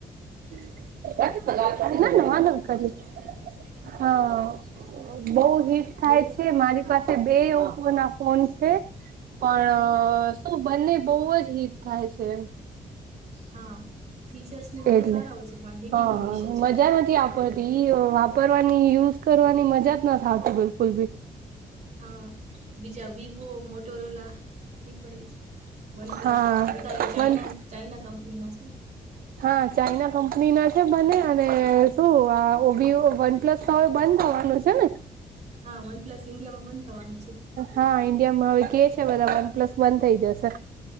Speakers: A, on the right; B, on the right.
A: <inaudible> <inaudible> ના ના વાહન કરું હા
B: હમ
A: બહુ હિટ થાય
B: બહુ
A: છે મારી પાસે બે ઓપો ના ફોન છે. પણ શું બંને બહુ જ હીટ થાય છે.
B: હા ફીચર્સ ને બધા
A: એટલે
B: સારા હોય છે પણ હિટિંગ
A: હા
B: નો
A: હા
B: ઈસ્યુ છે.
A: મજા નથી આવ <inaudible> બધી વાપરવાની યુઝ કરવાની મજા જ ન થ આવતી બિલકુલ ભી,
B: હા બીજા વિવો મોટોરોલા એપણ એજ, વનપ્લસ
A: હા
B: બધા એ ચાઈના
A: વન
B: ચાઈના કંપનીના છે.
A: હા ચાઈના કંપની ના છે બને અને શું ઓ વિવો વનપ્લસ તો હવે બંધ થવાનું છે ને,
B: હા વનપ્લસ ઇન્ડિયામાં બંધ થવાનું છે.
A: હા ઇન્ડિયા માં હવે કે છે બધા વન પ્લસ બંધ થઈ જશે.